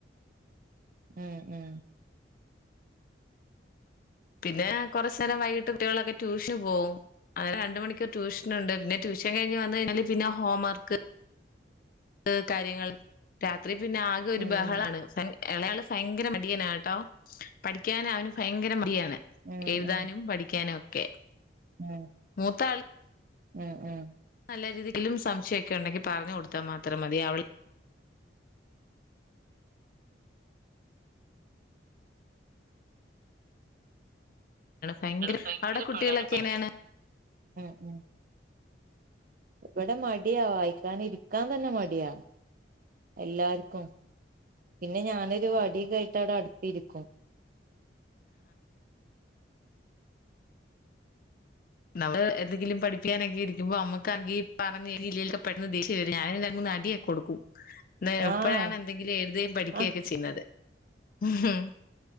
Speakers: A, on the right (about 45°); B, on the left (about 45°).
A: ഉം ഉം
B: പിന്നെ കാെറച്ച് നേരം വൈകിട്ട് കുട്ടികളൊക്കെ ട്യൂഷന് പോവും അങ്ങനെ രണ്ട് മണിക്കൂർ ട്യൂഷ്നുണ്ട് പിന്നെ ട്യൂഷൻ കഴിഞ്ഞ് വന്ന് കയ്ഞ്ഞാല് പിന്നെ ഹോം വർക്ക് ക്ക് കാര്യങ്ങൾ രാത്രി പിന്നെ ആകാെര്
A: ഉം
B: ബഹളാണ് <unintelligible> എളെയാള് ഫയെങ്കര മടിയനാണ്‌ട്ടോ പഠിക്കാൻ അവന് ഫയങ്കര മടിയാണ്
A: ഉം
B: എഴ്താനും
A: ഉം
B: പഠിക്കാനും ഒക്കെ
A: ഉം
B: മൂത്താൾ
A: ഉം ഉം
B: നല്ല രീതിയിലും സംശയാെക്കെ ഉണ്ടെങ്കി പറഞ്ഞ് കൊട്ത്താ മാത്രം മതിയേ അവള് ഭയങ്കര
A: ള് ഭയെങ്കെര
B: അവിടെ കുട്ടികളൊക്കെ
A: പാടാണ് പഠിക്കാ
B: എങ്ങനെയാണ്
A: ഉം ഉം ഇവെടെ മടിയാ വായിക്കാൻ ഇരിക്കാൻ തന്നെ മടിയാ എല്ലാര്ക്കും പിന്നെ ഞാനൊരു വട്യൊക്കായിട്ടവ്ടെ അട്ത്ത്ര്ക്കും
B: നമ്മള് എന്തെങ്കിലും പഠപ്പിക്കാനൊക്കെ ഇരിയ്ക്കുമ്പോ അമ്മക്കാണെങ്കി പറഞ്ഞ് <unintelligible> പെട്ടെന്ന് ദേശ്യം ശ്യം വെരും ഞാന് രണ്ട് മൂന്ന് അടിയാെക്കെ കൊട്ക്കും ന്ന് എപ്പഴാണ്
A: ആഹ്
B: എന്തെങ്കിലും എഴ്ത്കേയും പഠിക്ക്യെക്കെ
A: ആഹ്
B: ചെയ്ന്നെത് ഉം ഹും